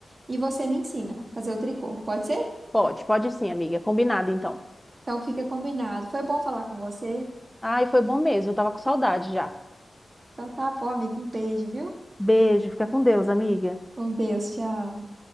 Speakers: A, on the right; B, in the centre.
A: e você me ensina a fazer o tricô. Pode ser?
B: Pode, pode sim, amiga. Combinado, então.
A: Então fica combinado. Foi bom falar com você.
B: Ai, foi bom mesmo, eu tava com saudade já.
A: Então tá bom, amigo, um beijo, viu?
B: Beijo, fica com Deus, amiga.
A: Com Deus, tchau.